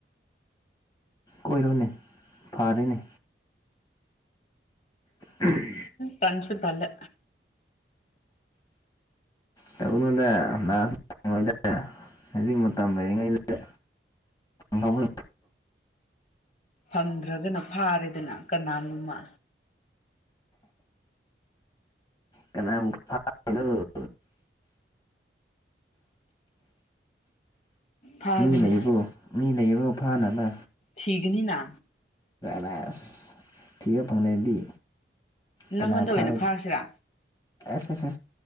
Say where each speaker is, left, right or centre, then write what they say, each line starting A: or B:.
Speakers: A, on the left; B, on the left.
A: ꯀꯣꯏꯔꯣꯅꯦ ꯐꯥꯔꯦꯅꯦ ꯎꯝ <unintelligible>
B: ꯇꯟꯁꯨ ꯇꯜꯂꯦ
A: ꯇꯧꯒꯅꯣꯗ <inaudible> ꯍꯧꯖꯤꯛ ꯃꯇꯝ ꯂꯩꯔꯤꯉꯩꯗ ꯍꯧꯕ
B: ꯐꯪꯗ꯭ꯔꯒꯅ ꯐꯥꯔꯦꯗꯅ ꯀꯅꯥꯅꯣꯝꯃ
A: ꯀꯩꯅ <inaudible> ꯐ <inaudible>
B: ꯐꯥꯒꯅꯤ
A: ꯃꯤ ꯂꯩꯕꯨ ꯃꯤ ꯂꯩꯔꯕꯣ ꯐꯥꯅꯕ
B: ꯊꯤꯒꯅꯤꯅ
A: ꯔꯁ ꯊꯤꯕ ꯐꯪꯗꯔꯗꯤ ꯀꯅꯥ
B: ꯅꯪꯉꯣꯟꯗ ꯑꯣꯏꯅ
A: ꯐꯔꯅꯤ
B: ꯐꯥꯔꯁꯤꯔꯥ
A: ꯁ ꯁ